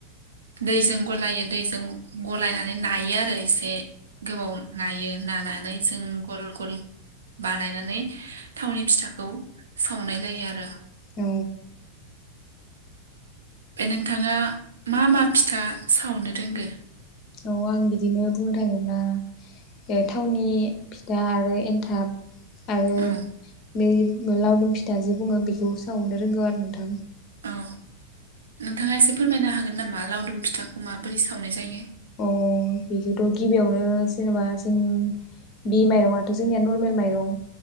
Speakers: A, on the right; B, on the left.
A: दैजों गलायो दैजों गलायनानै नायो आरो एसे गोबाव नायो नानानै जों गल गल बानायनानै थावनि फिथाखौ सावनाय जायो आरो।
B: औ
A: नोंथाङा मा मा फिथा सावनो रोंगो?
B: औ आं बिदिनो बुंनो थाङोब्ला ओ टावननि फिथा आरो एन्थाब। आरो
A: औ
B: बे लावदुम फिथा जे बुङो बेखौ सावनो रोंगौ आरो नोंथां।
A: औ नोंथाङा एसे फोरमायनो हागोन नामा लावदुम फिथाखौ माबोरै सावनाय जायो।
B: अ बिदिथ' गिबियावनो जेनेबा जों बि माइरङाथ' जोंनिया नरमेल माइरं